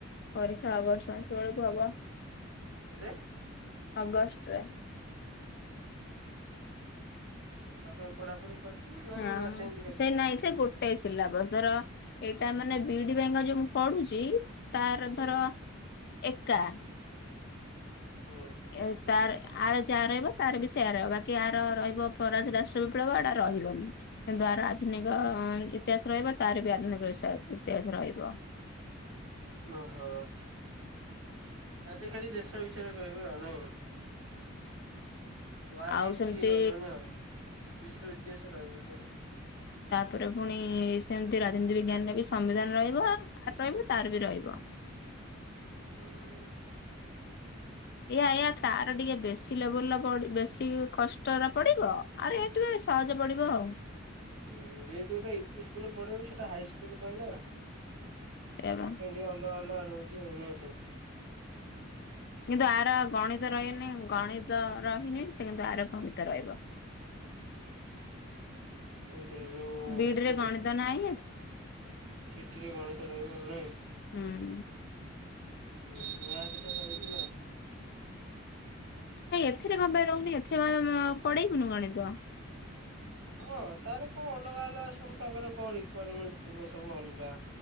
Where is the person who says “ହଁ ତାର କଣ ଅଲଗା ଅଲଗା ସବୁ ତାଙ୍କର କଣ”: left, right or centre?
Right